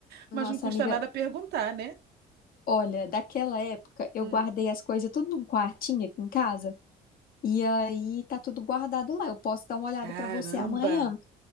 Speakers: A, on the left (about 60°); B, on the right (about 70°).
A: Nossa,
B: Mas não custa
A: amiga,
B: nada perguntar, né?
A: olha, daquela época eu
B: Hum.
A: guardei as coisas tudo num quartinho aqui em casa. E aí tá tudo guardado lá. Eu posso dar uma olhada
B: Caramba!
A: pra você amanhã.